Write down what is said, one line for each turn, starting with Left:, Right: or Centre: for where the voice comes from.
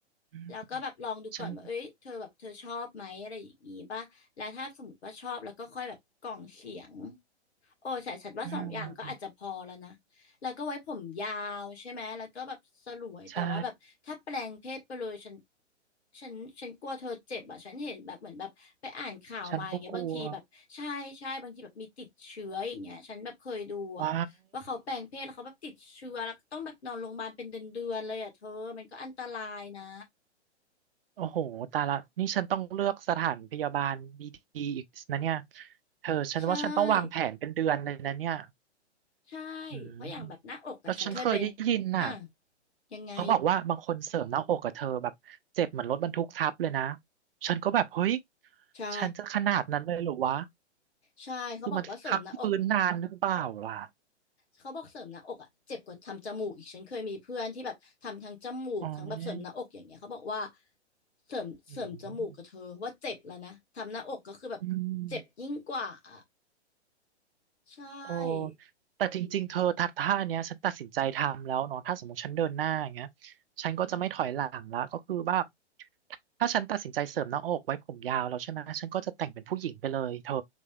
Right: อืม
Left: แล้วก็แบบลองดูก่อนว่าเอ้ยเธอแบบเธอชอบไหมอะไรอย่างงี้ป่ะแล้วถ้าสมมติว่าชอบแล้วก็ค่อยแบบกล่องเสียง
Right: ฉัน
Left: โอ้ใช่ฉันว่าสองอย่างก็อาจจะพอแล้วนะ
Right: อืม
Left: แล้วก็ไว้ผมยาวใช่ไหมแล้วก็แบบสลวยแต่ว่าแบบถ้าแปลงเพศไปเลยฉัน
Right: ใช่
Left: ฉันฉันกลัวเธอเจ็บอ่ะฉันเห็นแบบเหมือนแบบไปอ่านข่าวมาอย่างเงี้ยบางทีแบบใช่ใช่บางทีแบบมีติดเชื้ออย่างเงี้ยฉันแบบเคยดูอ่ะว่าเขาแปลงเพศแล้วเขาแบบติดเชื้อแล้วก็ต้องแบบนอนโรงพยาบาลเป็นเดือนๆเลยอ่ะเธอมันก็อันตรายนะ
Right: ฉันก็กลัว ไว้ โอ้โหตายละ นี่ฉันต้องเลือกสถานพยาบาลดีๆอีกนะเนี่ย เธอฉันว่าฉันต้องวางแผนเป็นเดือนเลยนะเนี่ย
Left: ใช่ใช่
Right: อืม
Left: เพราะอย่างแบบหน้าอกอ่ะฉันเคยไป
Right: แล้วฉันเคยได้ยินน่ะ
Left: อ่ะยังไง
Right: เขาบอกว่าบางคนเสริมหน้าอกกับเธอแบบเจ็บเหมือนรถบรรทุกทับเลยนะ ฉันก็แบบเฮ้ย
Left: ใช่
Right: ฉันจะขนาดนั้นเลยเหรอวะ
Left: ใช่เขาบอกว่าเสริมหน้าอก
Right: คือมันพักฟื้นนานหรือเปล่าล่ะ
Left: เขาบอกเสริมหน้าอกอ่ะเจ็บกว่าทำจมูกอีกฉันเคยมีเพื่อนที่แบบทำทั้งจมูกทั้งแบบเสริมหน้าอกอย่างเงี้ยเขาบอกว่า
Right: อ๋อ
Left: เสริมเสริมจมูกกับเธอว่าเจ็บแล้วนะทำหน้าอกก็คือแบบเจ็บยิ่งกว่าอะ
Right: อืมอืม
Left: ใช่
Right: โอ้แต่จริงๆ เธอทัดท่าเนี้ยฉันตัดสินใจทำแล้วเนาะถ้าสมมติฉันเดินหน้าอย่างเงี้ยฉันก็จะไม่ถอยหลังละก็คือว่าถ้าฉันตัดสินใจเสริมหน้าอกไว้ผมยาวแล้วใช่ไหมฉันก็จะแต่งเป็นผู้หญิงไปเลยเธอ